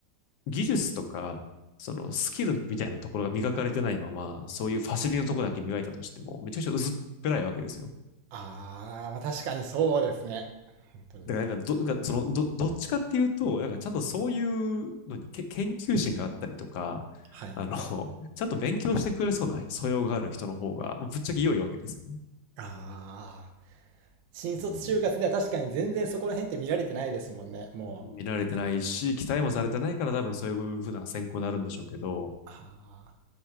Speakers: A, on the left (about 70°); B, on the right (about 85°).
A: 技術とか、そのスキルみたいなところが磨かれてないまま、そういうファシリのところだけ磨いたとしても、めちゃくちゃ薄っぺらいわけですよ。
B: あー、まあ確かにそうですね。本当に。
A: だからなんかど、なんかそのど、どっちかっていうと、なんかちゃんとそういうのにけ研究心があったりとか、
B: はい。
A: あの、ちゃんと勉強してくれそうな素養がある人の方が、ぶっちゃけ良いわけですよね。
B: ああ、新卒就活では確かに全然そこら辺って見られてないですもんね、
A: うん。
B: もう。
A: 見られてないし、期待もされてないから多分そういうふうな選考になるんでしょうけど、
B: ああ、